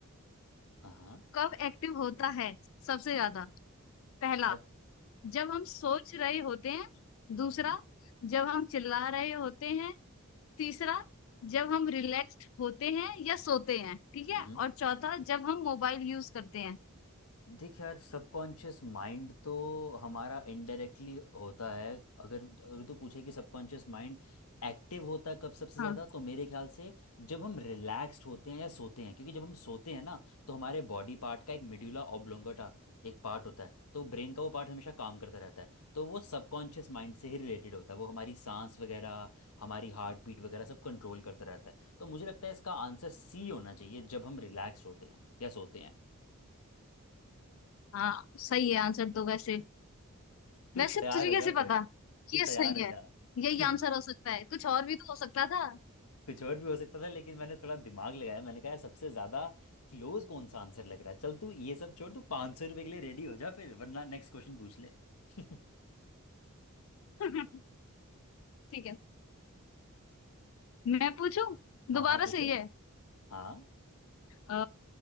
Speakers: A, on the left; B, on the left.
A: हाँ हाँ
B: कब एक्टिव होता है सबसे ज्यादा पहला
A: अ-
B: जब हम सोच रहे होते हैं दूसरा
A: हम्म
B: जब हम चिल्ला रहे होते हैं तीसरा जब हम रिलैक्स्ड होते हैं या सोते हैं ठीक
A: हम्म
B: है और चौथा जब हम मोबाइल यूज करते हैं
A: देख यार सबकॉन्शियस माइंड तो हमारा इनडायरेक्टली होता है अगर अगर तू पूछे कि सबकॉन्शियस माइंड एक्टिव होता है कब सबसे ज़्यादा
B: हाँ
A: तो मेरे ख्याल से जब हम रिलैक्स्ड होते हैं या सोते हैं क्योंकि जब हम सोते हैं ना तो हमारे बॉडी पार्ट का एक मिड्यूला ऑब्लोंगेटा एक पार्ट होता है तो ब्रेन का वो पार्ट हमेशा काम करता रहता है तो वो सबकॉन्शियस माइंड से ही रिलेटेड होता है वो हमारी सांस वगैरह हमारी हार्ट बीट वगैरह सब कंट्रोल करता रहता है तो मुझे लगता है इसका आंसर सी होना चाहिए जब हम रिलैक्स्ड होते हैं या सोते हैं
B: हाँ सही है आंसर तो वैसे
A: तू
B: वैसे
A: तैयार
B: तुझे
A: हो
B: कैसे
A: जा फिर
B: पता कि
A: तू
B: ये
A: तैयार
B: सही
A: हो
B: है
A: जा
B: यही
A: <laughs>
B: आंसर हो सकता है कुछ और भी तो हो सकता था
A: कुछ और भी हो सकता था लेकिन मैंने थोड़ा दिमाग लगाया मैंने कहा यार सबसे ज्यादा क्लोज कौन सा आंसर लग रहा है चल तू ये सब छोड़ तू पाँच सौ रुपये के लिए रेडी हो जा फिर वरना नेक्स्ट क्वेश्चन पूछ ले <laughs>
B: <laughs> ठीक है मैं पूछूं
A: हाँ
B: दोबारा
A: हाँ पूछो
B: सही है
A: हाँ
B: अ,